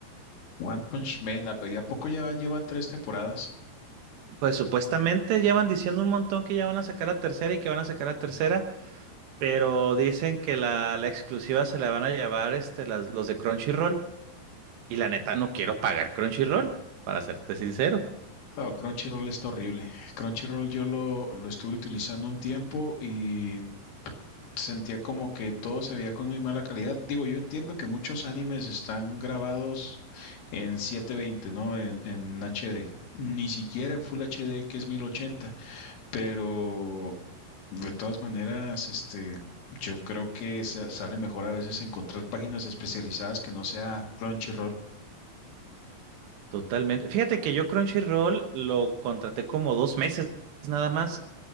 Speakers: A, on the left; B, on the right.
A: One Punch Man, ¿a a poco ya lleva tres temporadas?
B: Pues supuestamente llevan diciendo un montón que ya van a sacar la tercera y que van a sacar la tercera, pero dicen que la, la exclusiva se la van a llevar este, las, los de Crunchyroll. Y la neta no quiero pagar Crunchyroll, para serte sincero.
A: Oh, Crunchyroll está horrible. Crunchyroll yo lo, lo estuve utilizando un tiempo y sentía como que todo se veía con muy mala calidad. Digo, yo entiendo que muchos animes están grabados en 720, ¿no? En, en HD. Ni siquiera en Full HD, que es 1080. Pero De todas maneras, este, yo creo que sa- sale mejor a veces encontrar páginas especializadas que no sea Crunchyroll.
B: Totalmente. Fíjate que yo Crunchyroll lo contraté como dos meses nada más,